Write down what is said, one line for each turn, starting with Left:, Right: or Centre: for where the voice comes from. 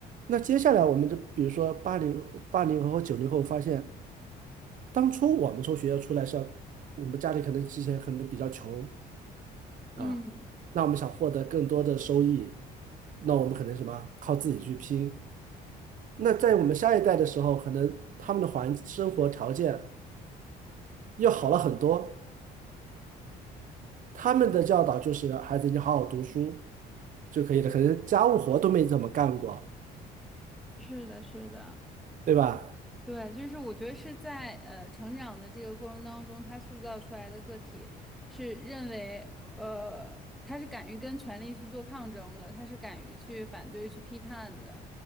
Right: 那接下来我们就比如说八零八零后和九零后，发现当初我们从学校出来是要，我们家里可能之前可能比较穷，
Centre: 嗯，
Right: 啊，那我们想获得更多的收益，那我们可能什么，靠自己去拼。那在我们下一代的时候，可能他们的环生活条件又好了很多，他们的教导就是孩子你好好读书就可以了，可能家务活都没怎么干过，
Centre: 是的，是的。
Right: 对吧？
Centre: 对，就是我觉得是在呃成长的这个过程当中，他塑造出来的个体是认为，呃，他是敢于跟权力去做抗争的，他是敢于去反对、去批判的，